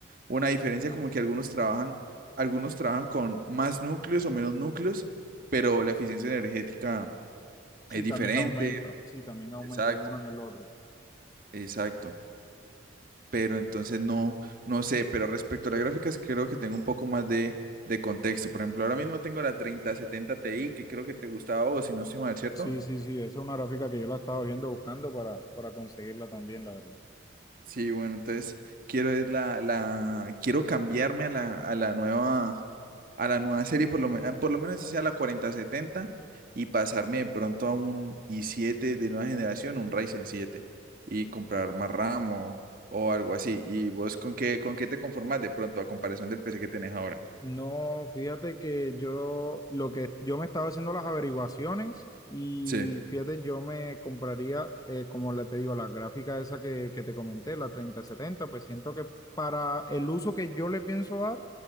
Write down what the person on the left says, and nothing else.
Sí,
también
aumenta, sí, también aumenta
en uno en el otro.
Sí, sí, sí, esa es una gráfica que yo la estaba viendo buscando para, para conseguirla también, la verdad.
No, fíjate que yo lo que yo me estaba haciendo las averiguaciones y
fíjate, yo me compraría, eh, como le te digo, la gráfica esa que, que te comenté, la treinta setenta pues siento que para el uso que yo le pienso dar,